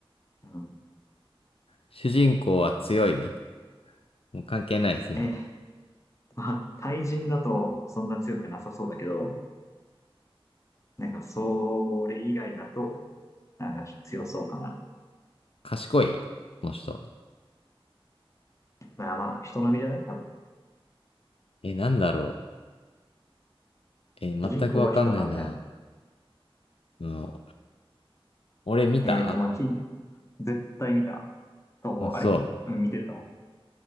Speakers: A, on the left; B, on the left.
A: うん。
B: 主人公は強いもう関係ない、そういうの。
A: えーまあ、対人だとそんな強くなさそうだけど、なんかそれ以外だと、なんかちょっと強そうかな。
B: 賢いこの人。
A: まあまあ、人並みじゃない多分。
B: え、なんだろう。え、全くわかんないな。
A: 主人公は人並みだね。
B: うん、俺見た
A: えっと、まあ、ひ、絶対見たと思う。
B: あ、そう。
A: あれうん、見てると思